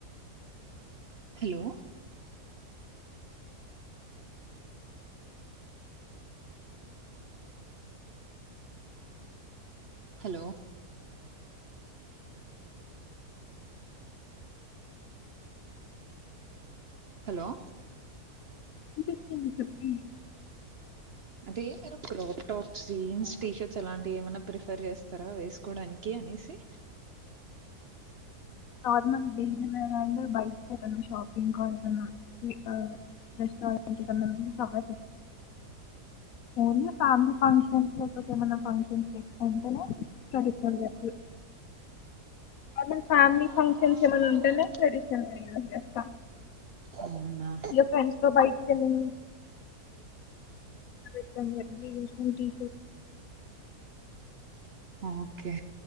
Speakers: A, on the right; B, on the left.
A: హలో హలో హలో
B: అనిపిస్తుంది చెప్పండి
A: అంటే మీరు క్రాప్ టాప్స్, జీన్స్, టీషర్ట్స్ అలాంటివి ఏమైనా ప్రిఫర్ చేస్తారా వేసుకోవడానికి అనేసి
B: ఆార్మ బే అ బై షాపింగ్ కాల్ కన్నా ఈ ఆ రెస్టారెంట్ కన్నా సహా ఓన్లీ ఫ్యామిలీ ఫంక్షన్స్ కి ఒక ఏమన్నా ఫంక్షన్స్ కి ఐతే అంటనే పరిసంద ఉ ప మ ఫంలీ
A: ఆ
B: ఫంక్షన్స్ ఏమన్నా ఉంటేనే ట్రెడిషన్ చెస్తా
A: అవునా
B: ఇగ ఫ్రెండ్స్తో బై కెళ్ళి వెస్ట్రన్ వేర్ టీ
A: ఓకే